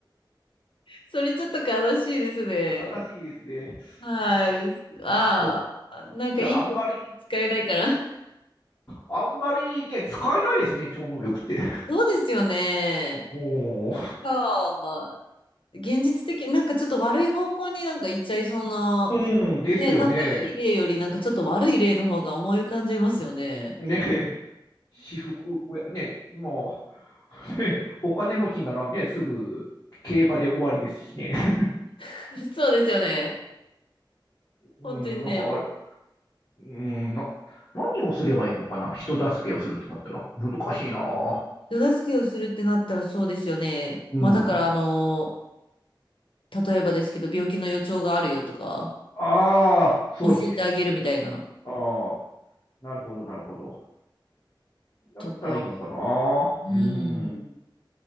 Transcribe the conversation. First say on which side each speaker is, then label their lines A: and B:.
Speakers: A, on the left; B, on the left.
A: それちょっと悲しいですね。
B: 悲しいですね。
A: はい。
B: うん、
A: ああ、
B: なんかほ、い
A: なんかいい方向に使えないから。
B: や、あんまり、
A: <laughs>
B: あんまりね、使えないですね、超能力って。
A: そうですよね。
B: も
A: ああ現実的、なんかちょっと悪い方向になんか行っちゃいそうな、
B: う、<laughs> うん、ですよね。
A: ね、なんかいい例よりなんかちょっと悪い例の方が思い浮かんじゃいますよね。
B: ね、私服、これね、もう、<laughs> ね、お金持ちんだな、ね、すぐ競馬で終わりですしね。<laughs>
A: <laughs> そうですよね。
B: うん、
A: 本当にね、
B: なんかあれ、うんな、何をすればいいのかな、人助けをするってなったら、難しいな。
A: 手助けをするってなったらそうですよね。
B: うん。
A: まあだからあの、例えばですけど、病気の予兆があるよとか、
B: ああ、そうですね。
A: 教えてあげるみたいな、
B: ああ、なるほど、なるほど。だったらいいのかな。
A: とか、うん、
B: うん、